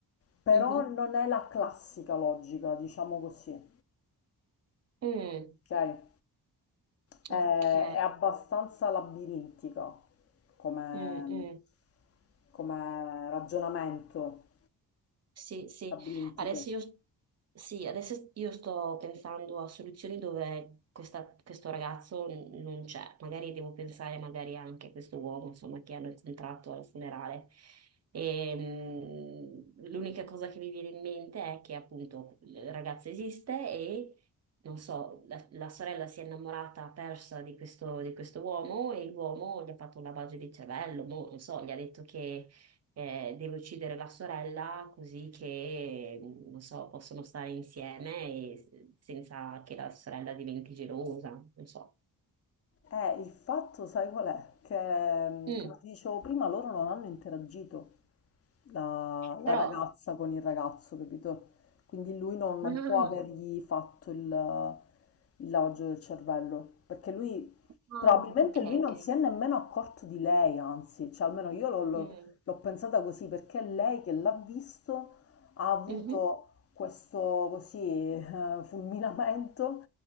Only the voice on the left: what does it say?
però
non è la classica logica, diciamo così,
ok? Eh,
è abbastanza labirintica come,
come ragionamento
labirintico.
Eh, il fatto, sai qual è? Che, mh,
come ti dicevo prima, loro non hanno interagito, la, la
ragazza con il ragazzo, capito? Quindi lui non, non
può avergli fatto il, il lavaggio del cervello, perché lui
Probabilmente
lui non
si è nemmeno accorto di lei, anzi, cioè almeno io l'ho l'ho-
l'ho pensata così, perché lei che l'ha visto ha avuto
questo così eh, fulminamento